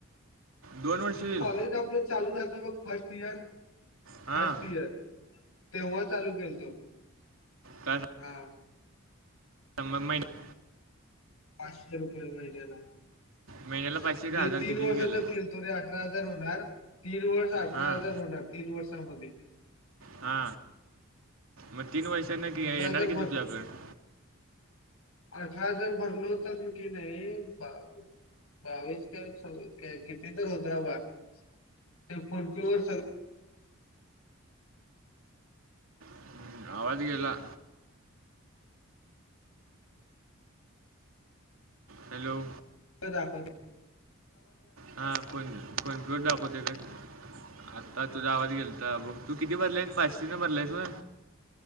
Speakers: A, on the right (about 70°); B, on the left (about 75°).
A: दोन वर्ष
B: मी
A: येईल
B: कॉलेज आपलं चालू झालत बघ फर्स्ट इयर
A: हां
B: फर्स्ट इयर तेव्हा चालू केलतो
A: काय
B: हां
A: महिन -
B: पाचशे रुपये महिन्याला म्हणजे
A: महिन्याला पाचशे का हजार
B: तीन
A: कितीची
B: वर्षाचा
A: गेला
B: केलतो रे अठरा होणार तीन वर्ष अठरा
A: हां
B: हजार होणार तीन वर्षमध्ये -
A: हा मग तीन वर्षानं येणार
B: अठरा हजार
A: किती तुज्याकड -
B: आठरा हजार - सोन उतरलं की नाही. बावीस बावीस का स किती तर होता बा - त्या फोटोवर सग -
A: हम्म, आवाज गेला? हॅलो.
B: दाखव.
A: हा कोण- कोण दाखवते बघा आता तुझा आवाज गेलता मग तू किती भरलायस पाचशेने भरलायस होय.